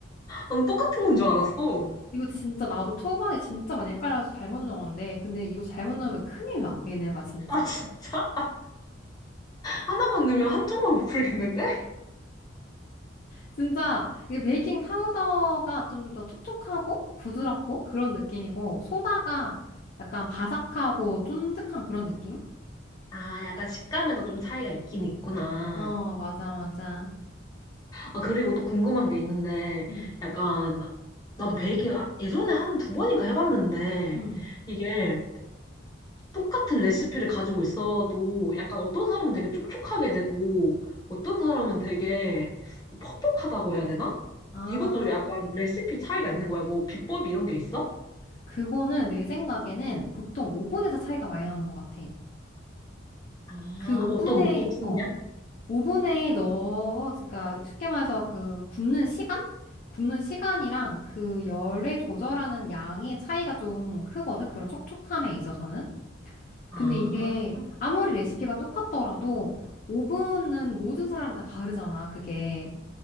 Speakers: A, on the left (about 20°); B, on the left (about 45°).
A: 난 똑같은 건 줄 알았어.
B: 이거 진짜 나도 초반에 진짜 많이 헷갈려서 잘못 넣었는데 근데 이거 잘못 넣으면 큰일 나 얘네가 진짜.
A: 아, 진짜? 하나만 넣으면 한쪽만 부풀겠는데?
B: 진짜 이 베이킹 파우더가 좀 더 촉촉하고 부드럽고 그런 느낌이고 소다가 약간 바삭하고 쫀득한 그런 느낌?
A: 아, 약간 식감에도 좀 차이가 있긴 있구나.
B: 어, 맞아, 맞아.
A: 아, 그리고 또 궁금한 게 있는데,
B: 음,
A: 약간, 나도 베이킹 아- 예전에 한 두 번인가 해봤는데,
B: 음.
A: 이게 똑같은 레시피를 가지고 있어도 약간 어떤 사람은 되게 촉촉하게 되고, 어떤 사람은 되게 뭐 퍽퍽하다고 해야 되나?
B: 아,
A: 이것도 약간 레시피 차이가 있는 거야. 뭐 비법 이런 게 있어?
B: 그거는 내 생각에는 보통 오븐에서 차이가 많이 나는 것 같아.
A: 아,
B: 그 오븐에,
A: 어떤 오븐을 쓰느냐?
B: 어, 오븐에 넣어, 그러니까 쉽게 말해서 그 굽는 시간? 굽는 시간이랑 그 열의 조절하는 양의 차이가 좀 크거든. 그런 촉촉함에 있어서는.
A: 아,
B: 근데 이게 아무리 레시피가 똑같더라도 오븐은 모든 사람이 다 다르잖아, 그게.